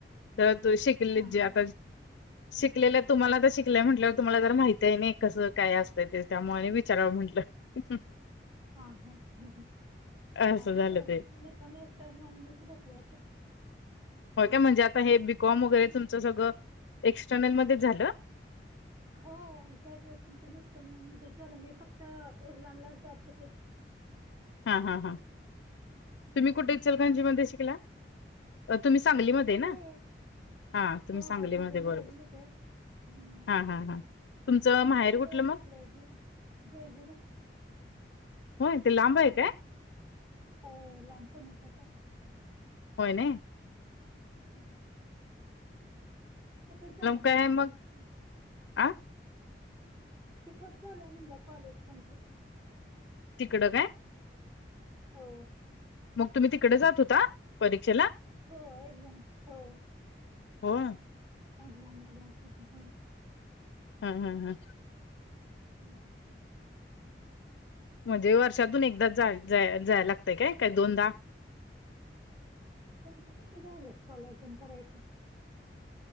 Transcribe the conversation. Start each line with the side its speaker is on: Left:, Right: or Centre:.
Left: तर तू शिकली
Right: हां,
Left: जी
Right: हां.
Left: आता शिकलेलं तुम्हाला तर शिकलंय म्हटलंवर तुम्हाला जर माहिती आहे. नाही कसं काय असतं. ते त्यामुळे विचारावं म्हटलं. अच्छा <unintelligible>
Right: हा ह काय
Left: असं
Right: नाही.
Left: झालं
Right: एवढं
Left: ते
Right: पण मी पण एक्सटर्न बसले आता.
Left: हो, काय म्हणजे आता हे बी कॉम वगैरे
Right: हं.
Left: तुमचं सगळं एक्सटर्नल मध्येच झालं.
Right: हो, ग्रॅज्युएशन पण एक्सटर्नल मध्ये झालं. मी फक्त एक्झामलाच जात होते.
Left: हा हा हा
Right: हं.
Left: तुम्ही कुठे इचलकरंजी मध्ये शिकला? अ तुम्ही सांगलीमध्ये
Right: नाही
Left: ना हा तुम्ही
Right: हो
Left: सांगलीमध्ये
Right: म्हणजे
Left: बरोबर.
Right: मिरजमध्ये हं.
Left: हा हा हा तुमचं माहेर
Right: मी तिकड
Left: कुठलं मग
Right: शिकलोय जे जेजुरीत.
Left: होय ते लांब आहे काय?
Right: हो, लांब पण होत पण.
Left: होय नाय.
Right: इथंच झालंय
Left: काय
Right: माझं
Left: मग
Right: कॉलेज. कम्प्लीट
Left: आ
Right: किती <unintelligible> म्हणलं कॉलेज कंप्लीट
Left: तिकडं काय?
Right: हो
Left: मग तुम्ही तिकडे जात होता, परीक्षेला?
Right: हो, एक्झाम हो
Left: होय
Right: एक्झामला <unintelligible>
Left: हा हा हा
Right: हम्म हम्म
Left: म्हणजे वर्षातून एकदा जा जायला लागतय काय, काय दोनदा?
Right: तुमचे किती झाले कॉल अजून करायचे.